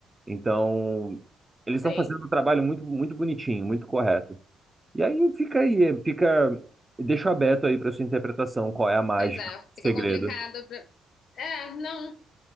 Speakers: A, on the right; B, on the left.
A: Então, eles estão
B: sim.
A: fazendo um trabalho muito, muito bonitinho, muito correto. E aí fica aí, fica. Deixo aberto aí para sua interpretação, qual é a mágica,
B: Pois é,
A: o
B: fica
A: segredo.
B: complicado pra... É, não,